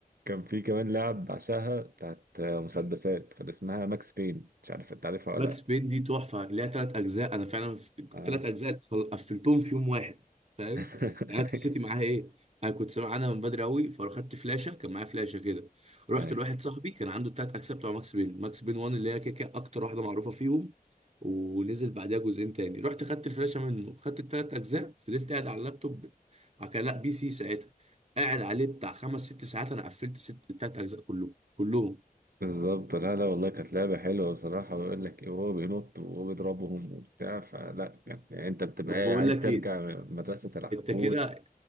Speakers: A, on the right; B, on the right.
A: كان في كمان لعب بعشقها بتاعت مسدسات كان اسمها ماكس بين مش عارف انت عارفها ولا
B: ماكس
A: لا
B: بين دي تحفه ليها ثلاث اجزاء انا فعلا
A: اه
B: ثلاث اجزاء خل- قفلتهم في يوم واحد فاهم
A: <laughs>
B: يعني انا قصتي معاها ايه انا كنت سامع عنها من بدري قوي فاخدت فلاشه كان معايا فلاشه كده رحت
A: أيوة.
B: لواحد صاحبي كان عنده الثلاث اجزاء بتوع ماكس بين ماكس بين 1 اللي هي كده كده اكتر واحده معروفه فيهم ونزل بعدها جزئين تاني رحت خدت الفلاشه منه خدت الثلاث اجزاء فضلت قاعد على اللابتوب كان لا بي سي ساعتها قاعد عليه بتاع خمس ست ساعات انا قفلت ست الثلاث اجزاء كلهم كلهم
A: بالظبط لا لا والله كانت لعبة حلوة بصراحة ويقول لك إيه، وهو بينط وهو بيضربهم وبتاع فلا يعني انت بتبقى
B: طب
A: إيه،
B: بقول
A: عايز
B: لك
A: ترجع
B: ايه
A: مدرسة العقول
B: انت كده